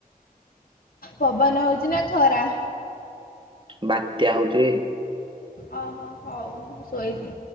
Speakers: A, on the left; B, on the right.
A: ପବନ ହଉଛି ନା ଖରା?
B: ବାତ୍ୟା ହଉଛି ବେ।
A: ଅହୋ ହଉ ମୁଁ ଶୋଇଲିି।